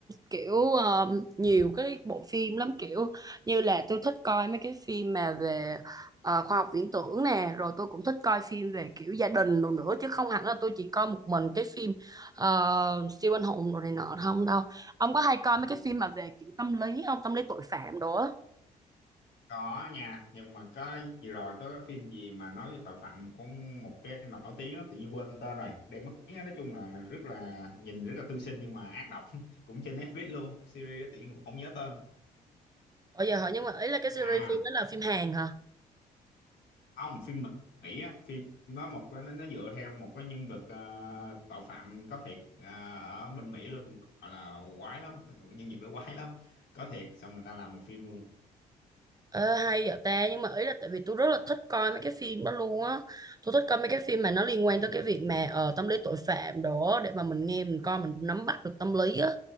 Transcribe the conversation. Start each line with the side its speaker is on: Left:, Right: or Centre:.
Right: kiểu ờ, nhiều cái bộ phim lắm kiểu như là tôi thích coi mấy cái phim mà về ờ, khoa học viễn tưởng nè rồi tôi cũng thích coi phim về kiểu gia đình đồ nữa chứ không hẳn là tôi chỉ coi một mình cái phim ờ, siêu anh hùng đồ này nọ không đâu ông có hay coi mấy cái phim mà về kiểu tâm lý không tâm lý tội phạm đồ á
Left: có nha nhưng mà có gì rồi có cái phim gì mà nói về tội phạm có một cái nổi tiếng lắm tự nhiên quên tên rồi để mất tiếng á. nói chung là rất là nhìn rất là thư sinh nhưng mà ác độc <laughs> cũng trên Netflix luôn series đó tự nhiên không nhớ tên
Right: bây giờ hỏi nhưng mà ấy là cái series
Left: à
Right: phim đó là phim Hàn hả
Left: không phim Mỹ á phim đó một nó, nó dựa theo một cái nhân vật ờ, tội phạm có thiệt ờ, ở bên Mỹ luôn gọi là quái lắm nhân vật đó quái lắm có thiệt xong người ta làm một phim luôn
Right: Ờ, hay vậy ta nhưng mà ý là tại vì tôi rất là thích coi mấy cái phim đó luôn á tôi thích coi mấy cái phim mà nó liên quan tới cái việc
Left: ừ.
Right: mà ờ, tâm lý tội phạm đó để mà mình nghe mình coi mình nắm bắt được tâm lý á